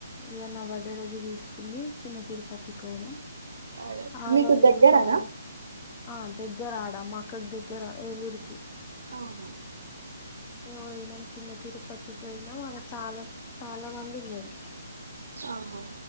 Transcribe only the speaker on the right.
అదే
మీకు దగ్గరనా
అవును
ఆహా